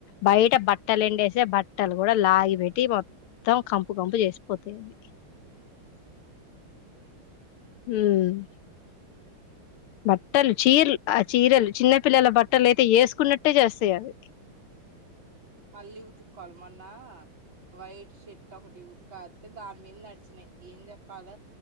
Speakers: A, on the left; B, on the right.
A: బయట బట్టలు ఎండేసే బట్టలు కూడా లాగి పెట్టి మొత్తం కంపు కంపు చేసిపోతాయి అవి
B: ఎంటో అసలు ఎ
A: హమ్ బట్టలు చీరలు ఆ చీరలు చిన్నపిల్లల బట్టలు అయితే వేసుకున్నట్టే చేస్తయి అవి
B: మళ్ళీ ఉతుక్కోవాలి మొన్న వైట్ షర్ట్ ఒకటి ఉతికారేస్తే దాని మింద నడిచినాయి ఏం చెప్పాల